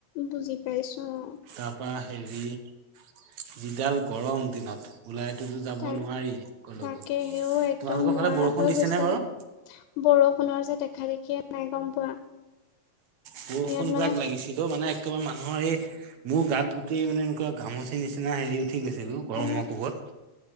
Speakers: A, on the left; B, on the right.
A: বুজি পাইছো অ',
B: তাৰপা হেৰি- যিডাল গৰম দিনত- ওলাইতোতো যাব
A: তাই
B: নোৱাৰিয়ে কলকো
A: তাকে
B: তোমালোকৰ
A: সেও একদম নোৱাৰা
B: ফালে বৰষুণ
A: হৈ
B: দিছে।
A: গৈছে
B: নে বাৰু
A: বৰষুণৰ যে দেখা দেখিয় নাই গম পোৱা।
B: বৰষুণ
A: ইয়াত মানে
B: যাক লাগিছিল অ মানে একেবাৰে মানুহৰ এই মোৰ গাত গোটেই মানে এনেকুৱা ঘামচি নিচিনা হেৰি উঠি গৈছে গৈ গৰমৰ
A: অ
B: কোপত